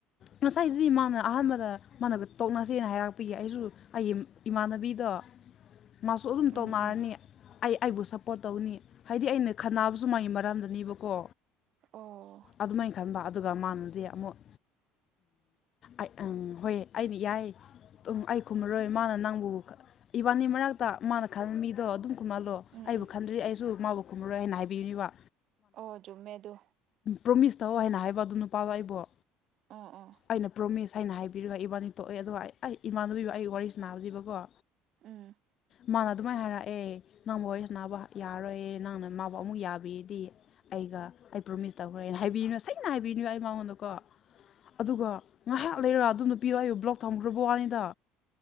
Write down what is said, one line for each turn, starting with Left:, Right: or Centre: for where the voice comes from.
Left: ꯉꯁꯥꯏꯗꯨꯗꯤ ꯃꯥꯅ ꯑꯍꯥꯟꯕꯗ ꯃꯥꯅꯒ ꯇꯣꯛꯅꯁꯦꯅ ꯍꯥꯏꯔꯛꯄꯒꯤ ꯑꯩꯁꯨ ꯑꯩꯒꯤ ꯏꯃꯥꯟꯅꯕꯤꯗꯣ
Right: <inaudible>
Left: ꯃꯥꯁꯨ ꯑꯗꯨꯝ
Right: ꯎꯝ
Left: ꯇꯧꯅꯔꯅꯤ
Right: ꯎꯝ
Left: ꯑꯩ ꯑꯩꯕꯨ ꯁꯞꯄꯣꯔꯠ ꯇꯧꯅꯤ ꯍꯥꯏꯗꯤ ꯑꯩꯅ ꯈꯟꯅꯕꯁꯨ ꯃꯥꯒꯤ ꯃꯔꯝꯗꯅꯦꯕꯀꯣ
Right: ꯑꯣ
Left: ꯑꯗꯨꯃꯥꯏꯅ ꯈꯟꯕ ꯑꯗꯨꯒ ꯃꯥꯅꯗꯤ ꯑꯃꯨꯛ
Right: <inaudible>
Left: ꯑ ꯍꯣꯏ ꯑꯩꯗꯤ ꯌꯥꯏ ꯎꯝ ꯑꯩ ꯈꯨꯝꯃꯔꯣꯏ ꯃꯥꯅ ꯅꯪꯕꯨ ꯏꯕꯥꯅꯤ ꯃꯔꯛꯇ ꯃꯥꯅ ꯈꯟꯕ ꯃꯤꯗꯣ ꯑꯗꯨꯝ ꯈꯨꯝꯍꯜꯂꯣ
Right: ꯎꯝ
Left: ꯑꯩꯕꯨ
Right: ꯎꯝ
Left: ꯈꯟꯗ꯭ꯔꯤ ꯑꯩꯁꯨ ꯃꯥꯕꯨ ꯀꯨꯝꯃꯔꯣꯏ ꯍꯥꯏꯅ ꯍꯥꯏꯕꯤꯌꯨꯅꯤ ꯋꯥ
Right: ꯑꯣ ꯨꯝꯃꯦꯗꯨ
Left: ꯄ꯭ꯔꯣꯃꯤꯁ ꯇꯧ ꯍꯥꯏꯅ ꯍꯥꯏꯕ ꯑꯗꯨ ꯅꯨꯄꯥꯗꯣ ꯑꯩꯕꯨꯣ
Right: ꯎꯥ ꯑꯥ
Left: ꯑꯩꯅ ꯄ꯭ꯔꯣꯃꯤꯁ ꯍꯥꯏꯅ ꯍꯥꯏꯕꯤꯔꯒ ꯏꯕꯥꯅꯤ ꯇꯣꯛꯑꯦ ꯑꯗꯨꯒ ꯑꯩ ꯑꯩ ꯏꯃꯥꯟꯅꯕꯤꯕꯨ ꯑꯩ ꯋꯥꯔꯤ ꯁꯅꯥꯗꯤꯕꯀꯣ
Right: ꯎꯝ
Left: ꯃꯥꯅ ꯑꯗꯨꯃꯥꯏꯅ ꯍꯥꯏꯔꯛꯑꯦ ꯅꯪꯕꯨ ꯋꯥꯔꯤꯁ ꯅꯥꯕ ꯌꯥꯔꯣꯏ ꯅꯪꯅ ꯃꯥꯕꯨ ꯑꯃꯨꯛ ꯌꯥꯕꯤꯔꯗꯤ ꯑꯩꯒ ꯑꯩ ꯄ꯭ꯔꯣꯃꯤꯁ ꯇꯧꯈ꯭ꯔꯦꯅ ꯍꯥꯏꯕꯤꯔꯤꯣ ꯁꯦꯡꯅ ꯍꯥꯏꯕꯤꯅꯤꯕꯣ ꯑꯩ ꯃꯉꯣꯟꯗꯀꯣ ꯑꯗꯨꯒ ꯉꯥꯏꯍꯥꯛ ꯂꯩꯔ ꯑꯗꯨ ꯅꯨꯄꯤꯔꯣꯏꯕ ꯕ꯭ꯂꯣꯛ ꯊꯝꯈ꯭ꯔꯕ ꯋꯥꯅꯤꯗ